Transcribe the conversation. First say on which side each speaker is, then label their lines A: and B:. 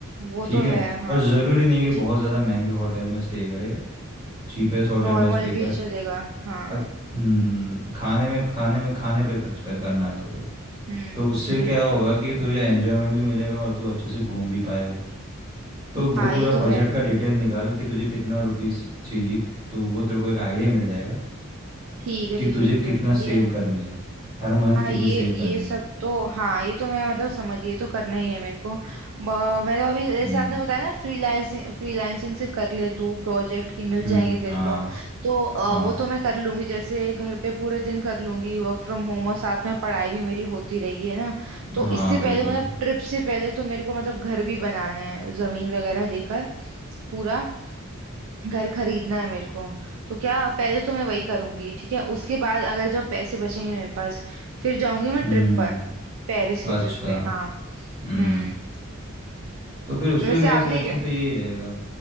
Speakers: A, on the right; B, on the right.
A: वो
B: ठीक
A: तो
B: है
A: है हाँ
B: और ज़रूरी नहीं है कि
A: ठीक
B: बहुत ज़्यादा
A: है
B: महंगे होटल में स्टे करे चीपेस्ट होटल
A: नॉर्मल
B: में स्टे कर
A: भी चलेगा हाँ
B: अच- हम्म, खाने में खाने में खाने पे खर्च कर करना है तो फिर
A: हम्म
B: तो उससे
A: ये
B: क्या
A: भी
B: होगा
A: है
B: कि तुझे एन्जॉयमेंट भी मिलेगा और तू अच्छे से घूम भी पाएगा तो वो
A: हाँ
B: पूरा
A: ये तो है
B: बजट का डिटेल निकाल कि तुझे कितना रुपीस चाहिए तो वो तेरे को एक आइडिया मिल जाएगा
A: ठीक है
B: कि
A: ठीक
B: तुझे
A: है ठीक
B: कितना
A: है ये
B: सेव करनी है हर मंथ
A: हाँ
B: कितनी
A: ये
B: सेव करनी
A: ये सब
B: है
A: तो हाँ ये तो मैं मतलब समझ ये तो करना ही है मेरे को ब- मैं तो अभी जैसे
B: हम्म
A: आपने बताया ना फ्रीलांसिंग फ्रीलांसिंग से कर ले तू प्रोजेक्ट की मिल
B: हम्म
A: जाएंगे तेरे
B: हाँ
A: को तो अ,
B: हाँ
A: वो तो मैं कर लूंगी जैसे घर पे पूरे दिन कर लूंगी वर्क फ्रॉम होम और साथ में पढ़ाई भी मेरी होती रहेगी है ना तो
B: हाँ
A: इससे
B: बिल्कुल
A: पहले मतलब ट्रिप से पहले तो मेरे को मतलब घर भी बनाना है जमीन वगैरह लेकर पूरा घर खरीदना है मेरे को तो क्या पहले तो मैं वही करूंगी ठीक है उसके बाद अगर जब पैसे बचेंगे मेरे पास फिर जाऊंगी मैं
B: हम्म
A: ट्रिप पर पेरिस की ट्रिप
B: अच्छा
A: पे हाँ
B: हम्म
A: हम्म
B: तो फिर उस
A: वैसे
B: पे मेरा
A: आपने
B: सजेशन तो यही रहेगा